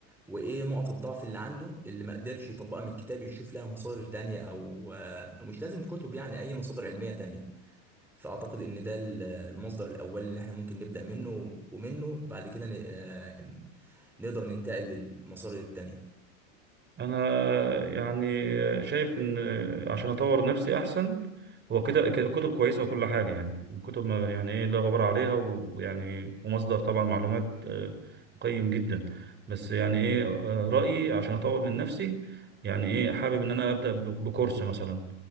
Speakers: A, in the centre; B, on the right.
A: وايه نقط الضعف اللي عنده اللي ما قدرش يطبقها من الكتاب يشوف لها مصادر تانية او آه، مش لازم كتب يعني اي مصادر علميه تانية فأعتقد إن ده ال- المصدر الأول اللي إحنا ممكن نبدأ منه ومنه بعد كده ن- آه، نقدر ننتقل للمصادر التانية
B: انا يعني شايف ان عشان اطور نفسي احسن هو كده كده كتب كويسه وكل حاجه يعني الكتب ما- يعني ايه لا غبار عليها ويعني ومصدر طبعا معلومات آه، قيم جدا بس يعني ايه آه، رايي عشان اطور من نفسي يعني ايه حابب ان انا ابدا ب- بكورس مثلا